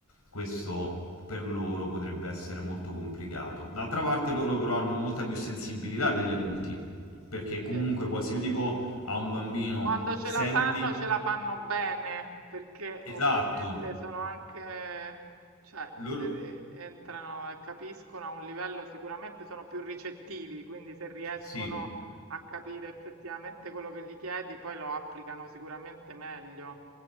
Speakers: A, on the left; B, on the right.
A: questo per loro potrebbe essere molto complicato. D'altra parte loro però hanno molta più sensibilità degli adulti, perché comunque
B: sì.
A: qua- se io dico a un bambino,
B: Quando ce
A: senti,
B: la fanno, ce la fanno bene, perché ovviamente
A: esatto,
B: sono anche, cioè,
A: loro...
B: de- de- entrano e capiscono a un livello sicuramente sono più ricettivi, quindi se riescono
A: Sì,
B: a capire effettivamente quello che gli chiedi, poi lo applicano sicuramente meglio.